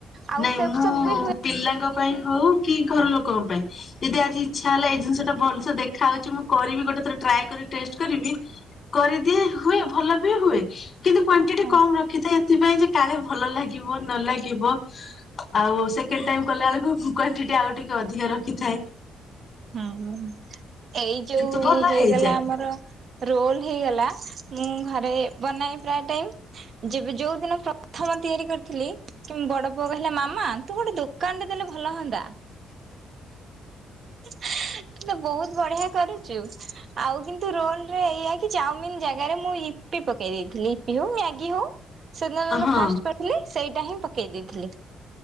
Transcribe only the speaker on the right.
ଆଉ
ସେ
ସବୁ ବି ହୁଏ।
ହଁ
ହୁଁ ଏଇ ଯୋଉ
ହେଇଗଲା
ଆମର ରୋଲ ହେଇଗଲା ମୁଁ ଘରେ ବନାଏ ପ୍ରାୟ ଟାଇମ୍ ଯେବେ ଯୋଉ ଦିନ ପ୍ରଥମ ତିଆରି କରିଥିଲି କି ବଡ ପୁଅ କହିଲା ମାମା ତୁ ଗୋଟେ ଦୋକାନ ଟେ ଦେଲେ ଭଲ ହୁଅନ୍ତା। ତୁ ତ ବହୁତ ବଢ଼ିଆ କରୁଛୁ। ଆଉ କିନ୍ତୁ ରୋଲରେ ଏଇା କି ଚାଉମିନ୍ ଜାଗାରେ ମୁଁ ଇପି ପକେଇ ଦେଇଥିଲି ଇପି ହଉ ମ୍ୟାଗି ହଉ ସେଦିନ ଯୋଉଦିନ
ଫାଷ୍ଟ କରିଥିଲି ସେଇଟା ହିଁ ପକେଇ ଦେଇଥିଲି